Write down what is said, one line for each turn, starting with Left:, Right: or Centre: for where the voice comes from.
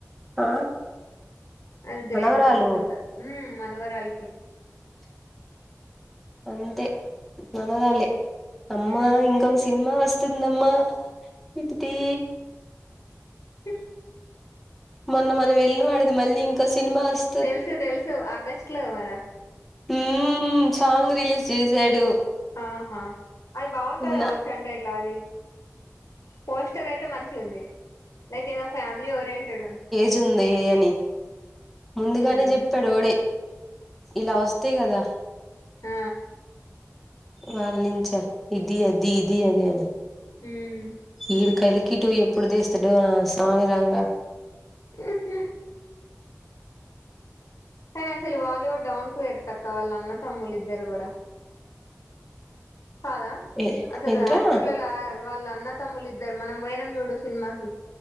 Centre: ఆ
Left: అది గ్రేట్
Centre: మనవరాలు
Left: అసలు అంత ఉమ్ మనవరాలకి
Centre: అంతే మనవరాలే అమ్మా,
Left: ఉమ్
Centre: ఇంకొక సినిమా వస్తుందమ్మా ఇటిది
Left: హు
Centre: మొన్న మనం వెళ్ళినవాడిది మళ్ళీ ఇంకో సినిమా వస్
Left: తెలుసు తెలుసు ఆగస్టులో కదా
Centre: ఉమ్ సాంగ్ రిలీజ్ చేసాడు.
Left: ఆహా, అవి బాగుంటాయి
Centre: తిన్న
Left: కావచ్చు. అంటే ఎట్లా అది పోస్టర్ అయితే మంచిగ ఉంది. లైక్ ఏదన్న ఫ్యామిలీ ఓరియెంటెడ్ ఉంది.
Centre: జుందే అని ముందుగానే
Left: ఉమ్
Centre: చెప్తాడు ఓడే, ఇలా వస్తాయి కదా
Left: ఆ
Centre: వాళ్ళనించా, ఇది అది ఇది అది అని
Left: మ్మ్ఁ
Centre: ఈడు కలికి టూ ఎప్పుడు తీస్తాడో నా సామిరంగా
Left: <inaudible> కనీ అసలు వాళ్ళు కూడా డౌన్ టూ ఎర్తక్క వాళ్ళ అన్న తమ్ములు ఇద్దరు గూడా కాదా
Centre: ఏ
Left: అసలు
Centre: ఏంట్రా
Left: యాక్టర్ల లాగా వాళ్ళ అన్న తమ్ములు ఇద్దరు మనం బోయినం చూడు సిన్మాకి